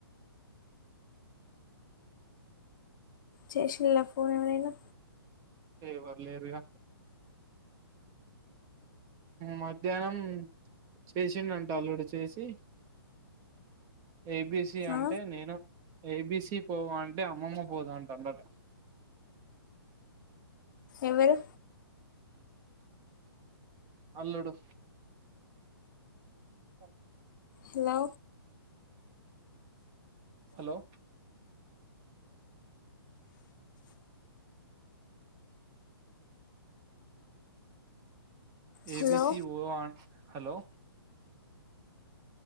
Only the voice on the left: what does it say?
చేసిల్లా ఫోన్ ఎవరైనా
ఆ
ఎవరు
హలో
హలో